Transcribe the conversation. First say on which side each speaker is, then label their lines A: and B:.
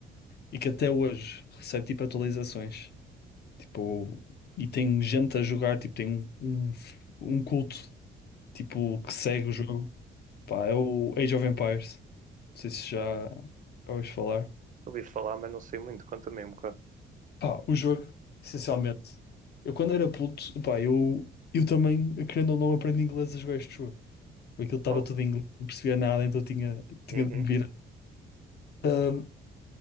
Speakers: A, on the left; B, on the right.
A: e que até hoje recebe tipo atualizações. Tipo, e tem gente a jogar, tipo, tem um, um, um culto, tipo, que segue o jogo. Pá, é o Age of Empires. Não sei se já,
B: Hum,
A: já ouviste falar.
B: ouvi falar, mas não sei muito, conta-me um bocado.
A: Pá, o jogo, essencialmente. Eu quando era puto, pá, eu, eu também, querendo ou não, aprendi inglês a jogar este jogo. Aquilo estava
B: Oh,
A: tudo em inglês, não percebia nada, então tinha, tinha
B: uhum.
A: de me virar. Ahm,